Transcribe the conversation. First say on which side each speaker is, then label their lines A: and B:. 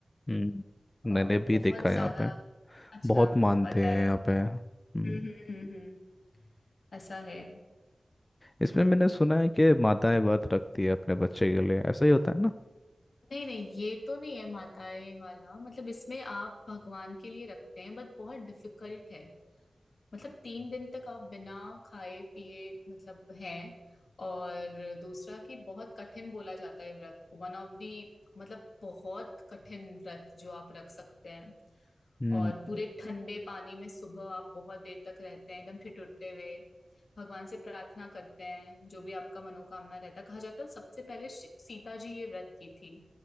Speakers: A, on the left; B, on the left.
A: हम्म
B: अ,
A: मैंने भी
B: बहुत
A: देखा है
B: ज्यादा
A: यहाँ पे
B: अच्छा
A: बहुत मानते
B: पता
A: हैं
B: है
A: यहाँ पे हम्म
B: हम्म हम्म हम्म हम्म, ऐसा है
A: इसमें मैंने सुना है कि माताएं व्रत रखती है अपने बच्चे के लिए ऐसा ही होता है ना
B: नहीं नहीं ये तो नहीं है माताएं वाला मतलब इसमें आप भगवान के लिए रखते हैं बट बहुत डिफिकल्ट है मतलब तीन दिन तक आप बिना खाए पिए मतलब हैं और दूसरा कि बहुत कठिन बोला जाता है व्रत को वन ऑफ दी मतलब बहुत कठिन व्रत जो आप रख सकते हैं
A: हम्म
B: और पूरे ठंडे पानी में सुबह आप बहुत देर तक रहते हैं एकदम ठिठुरते हुए भगवान से प्रार्थना करते हैं जो भी आपका मनोकामना रहता है कहा जाता है सबसे पहले शि- सीता जी ये व्रत की थी